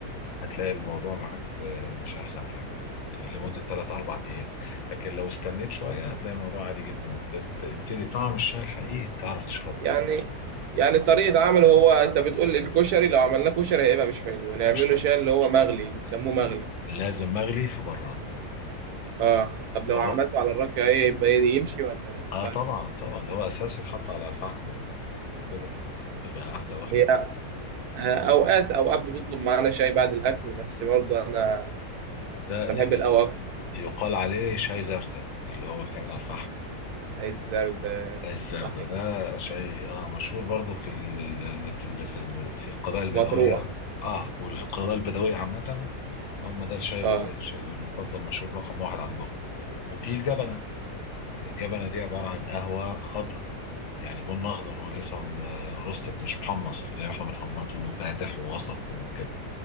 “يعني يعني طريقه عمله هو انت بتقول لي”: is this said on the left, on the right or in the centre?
Right